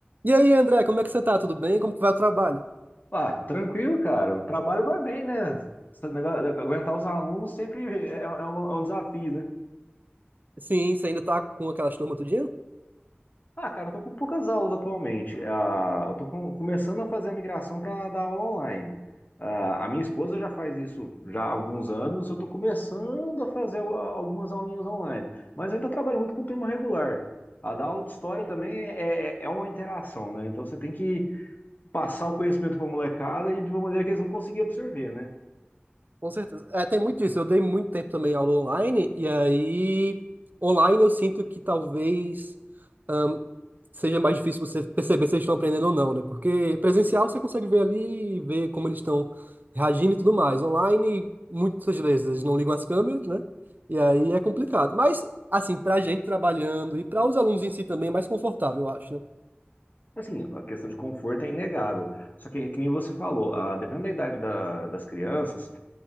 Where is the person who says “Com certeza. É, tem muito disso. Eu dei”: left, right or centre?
Right